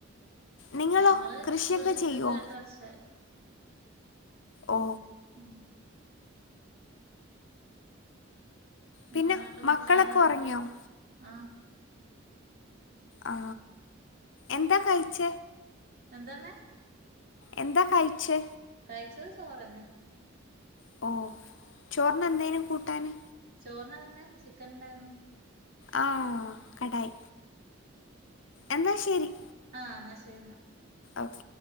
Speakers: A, on the left (about 65°); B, on the right (about 45°).
A: നിങ്ങളോ
B: ഞങ്ങള്
A: കൃഷിയൊക്കെ
B: വീടെടുത്തിട്ട്
A: ചെയ്യുവോ
B: രണ്ട വർഷ
A: ഓ
B: ഉം ഞാൻ
A: പിന്നെ
B: രണ്ട് മക്കളന്നെ
A: മക്കളൊക്കെ
B: ഉള്ളു
A: ഉറങ്ങിയോ
B: ആ
A: ആ എന്താ കഴിച്ച
B: എന്താണ്
A: എന്താ കഴച്ച്
B: കഴിച്ചത് ചോറ്ന്നെ
A: ഓ ചോറിന് എന്തേനു കൂട്ടാന്
B: ചോറിനതന്നെ ചിക്കൻ ഇണ്ടായിന്ന്
A: ആ കടായി എന്ന ശരി
B: ആ എന്നാ ശരി എന്നാ
A: ഓക്കെ